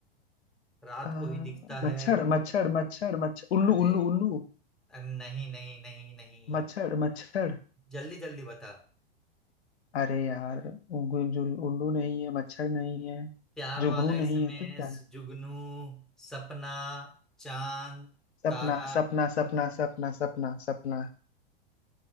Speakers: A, in the centre; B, on the left.
A: रात
B: आ,
A: को ही दिखता है
B: मच्छर मच्छर मच्छर मच्छर उल्लू
A: अरे
B: उल्लू उल्लू
A: अरे नहीं नहीं नहीं नहीं
B: मच्छर मच्छर
A: जल्दी जल्दी बता
B: अरे यार उगु- जुल- उल्लू नहीं है मच्छर नहीं है
A: प्यार
B: जुगनू
A: वाला
B: नहीं
A: इसमें
B: है तो क्या
A: स-
B: है?
A: जुगनू सपना चांद
B: सपना
A: तारा
B: सपना सपना सपना सपना सपना